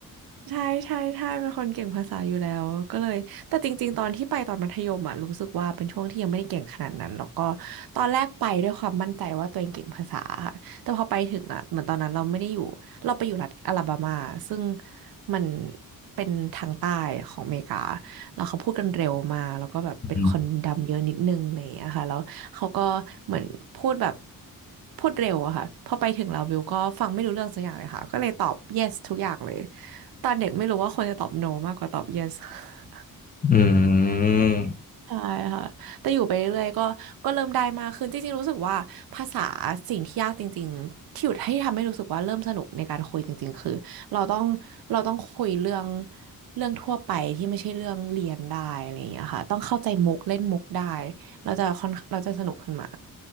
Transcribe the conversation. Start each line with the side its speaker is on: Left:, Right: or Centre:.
Right: ใช่ใช่ใช่เป็นคนเก่งภาษาอยู่แล้วก็เลยแต่จริงๆตอนที่ไปตอนมัธยมอ่ะรู้สึกว่าเป็นช่วงที่ยังไม่ได้เก่งขนาดนั้นแล้วก็ตอนแรกไปด้วยความมั่นใจว่าตัวเองเก่งภาษาค่ะแต่พอไปถึงอ่ะเหมือนตอนนั้นเราไม่ได้อยู่เราไปอยู่รัฐอลาบามาซึ่งมันเป็นทางใต้ของอเมริกาแล้วเขาพูดกันเร็วมากแล้วก็แบบเป็นคนดำเยอะนิดนึงอะไรอย่างเลยอะค่ะแล้วเขาก็เหมือนพูดแบบ
Left: อืม
Right: พูดเร็วอะค่ะพอไปถึงเราบิวก็ฟังไม่รู้เรื่องสักอย่างเลยค่ะก็เลยตอบ yes ทุกอย่างเลย ตอนเด็กไม่รู้ว่าควรจะตอบ no มากกว่าตอบ yes <laughs>
Left: อืม
Right: ใช่ค่ะแต่อยู่ไปเรื่อยๆก็ก็เริ่มได้มากขึ้นจริงๆรู้สึกว่าภาษาสิ่งที่ยากจริงๆที่อยู่ให้ทำให้รู้สึกว่าเริ่มสนุกในการคุยจริงๆคือเราต้องเราต้องคุยเรื่องเรื่องทั่วไปที่ไม่ใช่เรื่องเรียนได้อะไรอย่างเงี้ยค่ะต้องเข้าใจมุกเล่นมุกได้เราจะค่อนเราจะสนุกขึ้นมา